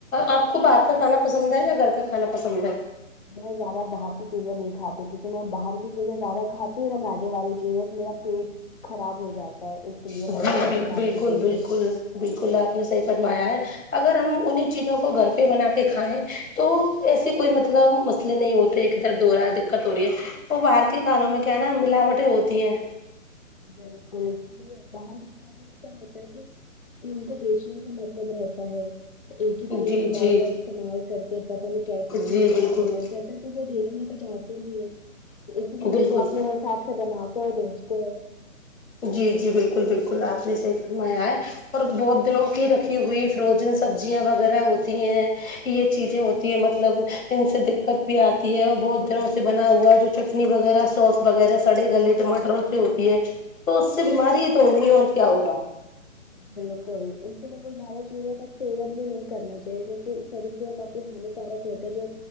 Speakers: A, on the left (about 80°); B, on the left (about 40°).
A: آپ کو باہر کا کھانا پسند ہے یا گھر کا کھانا پسند ہے
B: میں زیادہ باہر کی چیزیں نہیں کھاتی کیونکہ میں باہر کی چیزیں زیادہ کھاتی ہوں میدے والی چیزیں میرا پیٹ خراب ہو جاتا ہے اس لیے میں
A: جی
B: نہیں کھاتی
A: بال
B: باہر
A: بالکل
B: کی چیزیں
A: بالکل بالکل آپ نے صحیح فرمایا ہے اگر ہم انہیں چیزوں کو گھر پہ بنا کے کھائیں تو ایسی کوئی مطلب مسلے نہیں ہوتے ادھر <unintelligible> دککت ہو رہی ہے وہ باہر کے کھانوں میں کیا ہے نا ملاوٹیں ہوتی ہیں
B: بالکل اس لیے باہر ہی کھا کیا ہوتا ہے کہ کہ ان کو بیچنے کا مطلب رہتا ہے ایک ہی تیل
A: جی
B: کو بار
A: جی
B: بار استعمال کرتے پتا نہیں کیسی چیزیں
A: جی بالکل
B: استعمال کرتے کی وہ دیکھنے تو جاتے نہیں ہے اس لیے
A: بالکل
B: وہ وہ اپنے حساب سے بناتے ہیں بیچتے ہیں
A: جی جی بالکل بالکل آپ نے صحیح فرمایا ہے اور بہت دنوں کی رکھی ہوئی فروزن سبزیاں وغیرہ ہوتی ہیں یہ چیزیں ہوتی ہے مطلب ان سے دککت بھی آتی ہے اور بہت دنوں سے بنا ہوا ہے جو چٹنی وغیرہ سوس وغیرہ سڑے گلے ٹماٹروں سے ہوتی ہے تو اس سے بیماری تو ہوگی اور کیا ہوگا
B: بالکل ان سے <unintelligible> کوئی زیادہ چیزوں کا سیون بھی نہیں کرنا چاہیے کیونکہ شریر کے کو ہانیکارک ہوتے جو